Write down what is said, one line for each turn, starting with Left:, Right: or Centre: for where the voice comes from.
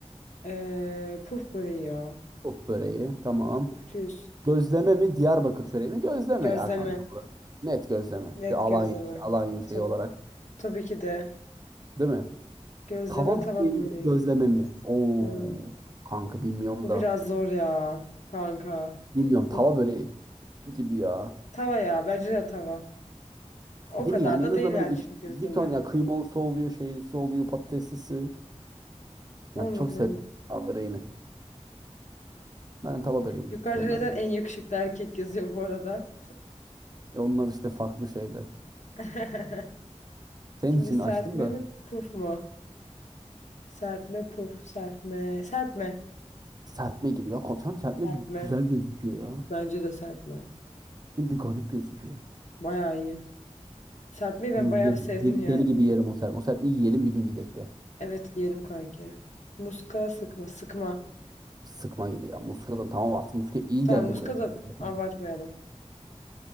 Left: Ee, puf böreği ya.
Right: Puf böreği. Tamam.
Left: Pufçuyuz.
Right: Gözleme mi Diyarbakır çöreği mi? Gözleme
Left: Gözleme.
Right: ya kanka bu. Net gözleme.
Left: Net
Right: Bir Alanya,
Left: gözleme.
Right: Alanya şeyi
Left: Tabii,
Right: olarak.
Left: tabii ki de.
Right: Değil mi?
Left: Gözleme
Right: Tava
Left: tava
Right: böreği
Left: böreği.
Right: mi gözleme mi? Oo
Left: Hmm.
Right: kanka bilmiyorum
Left: Bu
Right: da.
Left: biraz zor ya kanka.
Right: Bilmiyorum tava
Left: Bu
Right: böreği gibi ya.
Left: tava ya bence de tava. O
Right: Değil
Left: kadar
Right: mi yani
Left: da
Right: en azından
Left: değil yani
Right: böyle iç,
Left: şimdi gözleme.
Right: bir ton ya kıymalısı oluyor, şeylisi oluyor, patateslisi.
Left: Allah
Right: Yani çok
Left: Allah.
Right: seviyorum tava böreğini. Ben tava böreğini
Left: Yukarıda
Right: diyorum
Left: neden
Right: ben
Left: en
Right: de.
Left: yakışıklı erkek yazıyor bu arada?
Right: E onlar işte farklı şeyler.
Left: <laughs>
Right: Senin
Left: Şimdi
Right: için
Left: serpme
Right: açtım da
Left: mi puf mu? Serpme puf serpme. Serpme.
Right: serpme gibi. Ya koçam serpme
Left: Serpme.
Right: bir güzel gözüküyor ya.
Left: Bence de serpme.
Right: Bir garip gözüküyor.
Left: Bayağı iyi. Serpmeyi ben
Right: Bunu yiyelim.
Left: bayağı sevdim
Right: Deli
Left: yani.
Right: deli gibi yerim o serpme. O serpmeyi yiyelim bir gün gidek de.
Left: Evet giyerim kanki. Muska sıkma sıkma.
Right: Sıkma gibi ya. Muskadan tamam artık. Muska iyi
Left: Tamam
Right: geldi
Left: muska
Right: buraya kadar
Left: da
Right: zaten.
Left: abartmayalım.